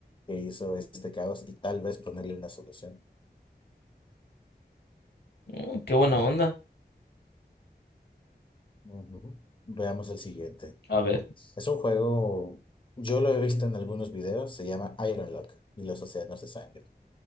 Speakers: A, on the left; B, on the left.
A: que hizo este caos y tal vez ponerle una solución.
B: Mm, qué buena onda.
A: Ujú. Veamos el siguiente.
B: A ver.
A: Es un juego, yo lo he visto en algunos videos, se llama Ironlock y los océanos de sangre.